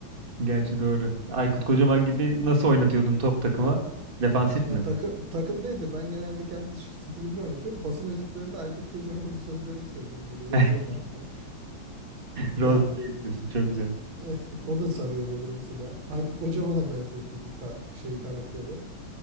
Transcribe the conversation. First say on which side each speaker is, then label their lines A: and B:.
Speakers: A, on the right; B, on the right.
A: Gerçi doğru. Aykut Kocaman gibi nasıl oynatıyordun top takıma? Defansif
B: Ya
A: mi?
B: takı, takım değil de Ben genelde kendi ş- stilimde oynatıyorum. Basın özetlerinde Aykut Kocaman'ın sözlerini söylüyorum. Böyle yazıyorum
A: <laughs>
B: alttan.
A: Rol
B: Yani
A: play yapıyorsun
B: o
A: çok güzel.
B: <laughs> o da sarıyor böyle mesela. Aykut Kocaman'a benzettiydim ka- şey karakteri.